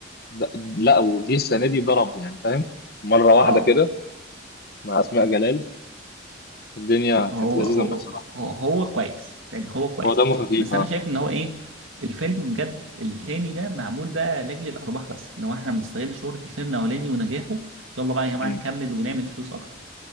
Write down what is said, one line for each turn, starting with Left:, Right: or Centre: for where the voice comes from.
Left: د- لا وجه السنه دي ضرب يعني فاهم مره واحده
Right: اه
Left: كده مع اسماء جلال الدنيا
Right: هو
Left: كانت لذيذه
Right: هو
Left: معاه بصراحه
Right: هو هو كويس يعني هو كويس
Left: هو دمه خفيف
Right: بس
Left: اه
Right: انا شايف ان هو ايه الفيلم بجد التاني ده معمول بقى لاجل الارباح بس اللي هو احنا بنستغل شهرة الفيلم الاولاني ونجاحه يلا بقى يا جماعة
Left: امم
Right: نكمل ونعمل فلوس اكتر